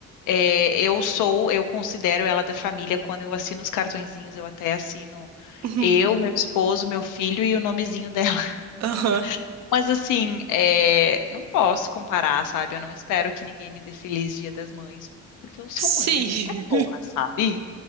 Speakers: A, on the left; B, on the right.
A: É, eu sou, eu considero ela da família. Quando eu assino os cartõezinhos, eu até assino
B: Uhum.
A: eu, meu esposo, meu filho e o nomezinho dela.
B: Aham.
A: <laughs> Mas assim, é, não posso comparar, sabe? Eu não espero que ninguém me dê feliz Dia das Mães, porque eu sou
B: Sim.
A: mãe da minha cachorra,
B: <laughs>
A: sabe?